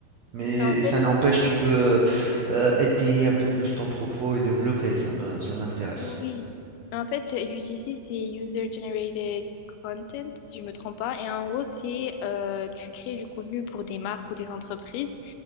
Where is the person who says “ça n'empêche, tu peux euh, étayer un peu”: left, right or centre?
Right